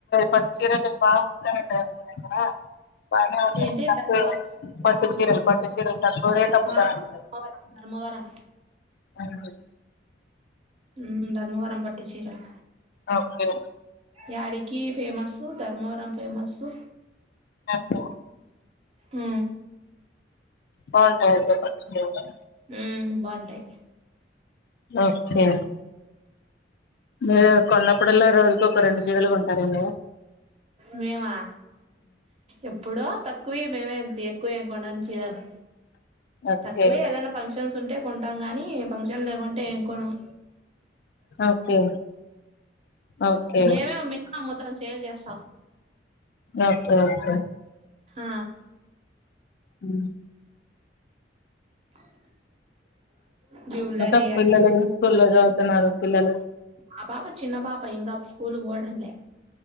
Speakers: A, on the left; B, on the right.
A: పచ్చిరకి బా ఉంటా <unintelligible> ఇక్కడ బాగానే ఉంటది.
B: ఏంటి
A: పట్టు
B: టర్నోవర్
A: పట్టు చీరల్ పట్టు చీరల్ తక్కువ రేట్ అమ్ముతారట
B: ఆ ధర్మవరం ధర్మవరం
A: <unintelligible>
B: హ్మ్ ధర్మవరం పట్టు చీరల్
A: ఆ ఓకే
B: యాడికి ఫేమస్సు ధర్మవరం ఫేమస్సు
A: ఆహా
B: ఆ
A: బాగుంటాయి. అక్కడ పట్టు చీరలు
B: హ్మ్ బాగుంటాయి.
A: ఓకే మీరు కొన్నప్పుడలా రోజుకు ఒక రెండు సీరలుగా కొంటారెమో
B: మేమా ఎప్పుడో తక్కువే మేమేంతే ఎక్కువేమ్ కొనమ్ చీరలు
A: ఓకే
B: తక్కువే ఏదైనా ఫంక్షన్స్ ఉంటే కొంటాం గాని ఫంక్షన్ లేకుంటే ఏమ్ కొనాం
A: ఓకే ఓకే
B: మేమే మే అమ్ముతాం చీ సేల్ చేస్తాం.
A: ఓకే ఓకే
B: ఆ
A: ఉ
B: <inaudible> జ్యువెలరీ
A: ఇకా
B: అన్ని
A: పిల్లలు ఏమి స్కూల్లో చదువుతున్నారు పిల్లలు
B: ఆ పాప చిన్న పాప ఇంకా స్కూలుకి ఓడంలే